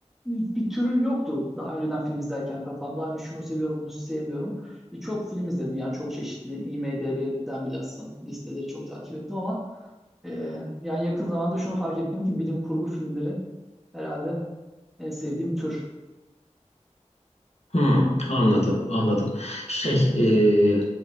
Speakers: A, in the centre; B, on the left.
A: bir türü yoktu daha önceden film izlerken kafamda. Hani şunu seviyorum, bunu sevmiyorum. E, çok film izledim yani çok çeşitli. IMDb'den bilhassa listeleri çok takip ettim ama Ee, yani yakın zamanda şunu fark ettim ki bilim kurgu filmleri herhalde en sevdiğim tür.
B: Hmm, anladım, anladım. Şey, e,